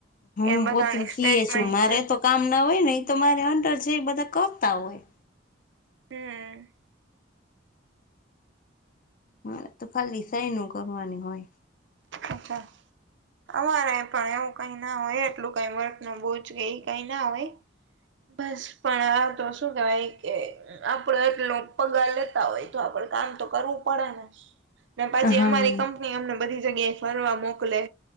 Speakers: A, on the left; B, on the right.
A: હું
B: કે બધાની
A: પોતે સી
B: સ્ટેટમેન્ટ
A: એ છું મારે
B: છે
A: તો કામ ના હોય ને એ તો મારે અંડર જ બધા કતા હોય
B: હમ
A: મારે તો ખાલી સાઈ ન કરવાની હોય
B: અચ્છા. અમારે પણ એવું કઈ ના હોય એટલું કઈ વર્ક ન બહુજ કે એ કઈ ના હોય. બસ પણ આ તો શું કેવાય. કે આપડે એટલો પગાર લેતા હોય તો આપડે કામ તો કરવું પડે ને. પછી
A: હા
B: અમારી કંપની અમને બધી જગ્યાએ ફરવા મોકલે